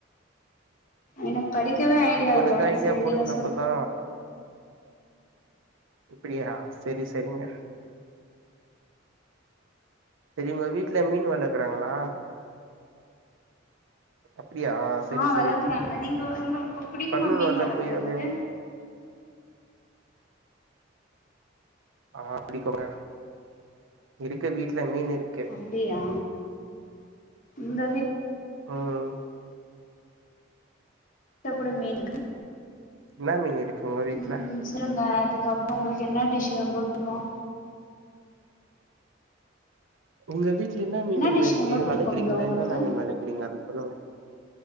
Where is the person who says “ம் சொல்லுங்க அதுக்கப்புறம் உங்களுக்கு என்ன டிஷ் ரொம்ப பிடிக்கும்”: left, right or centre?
Left